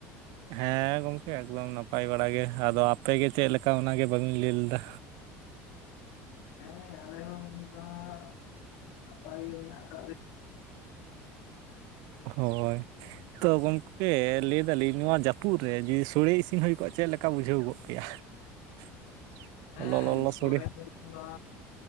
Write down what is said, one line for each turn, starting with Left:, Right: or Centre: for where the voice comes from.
Right: ᱦᱮᱸ ᱜᱚᱝᱠᱮ ᱮᱠᱫᱚᱢ ᱱᱟᱯᱟᱭ ᱵᱟᱲᱟ ᱟᱫᱚ ᱟᱯᱮᱜᱮ ᱪᱮᱫ ᱞᱮᱠᱟ ᱚᱱᱟᱜᱮ ᱵᱟᱹᱵᱤᱱ ᱞᱟᱹᱭ ᱞᱮᱫᱟ
Left: ᱦᱮᱸ ᱟᱞᱮ ᱦᱚᱸ ᱱᱤᱛ ᱫᱚ ᱦᱟᱸᱜ ᱱᱟᱯᱟᱭ ᱜᱮ ᱢᱮᱱᱟᱜ ᱟᱠᱟᱫ ᱞᱮ
Right: ᱦᱚᱭ ᱛᱳ ᱜᱚᱝᱠᱮ ᱞᱟᱹᱭ ᱫᱟᱞᱤᱧ ᱱᱚᱣᱟ ᱡᱟᱯᱩᱫ ᱨᱮ ᱡᱩᱫᱤ ᱥᱳᱲᱮ ᱤᱥᱤᱱ ᱦᱩᱭ ᱠᱚᱜ-ᱟ ᱪᱮᱫ ᱞᱮᱠᱟ ᱵᱩᱡᱷᱟᱹᱣ ᱠᱚᱜ ᱠᱮᱭᱟ? <unintelligible>
Left: ᱦᱮᱸ
Right: ᱞᱚᱞᱚ
Left: ᱥᱚᱲᱮ
Right: ᱥᱳᱲᱮ
Left: <inaudible> ᱠᱟᱱᱟ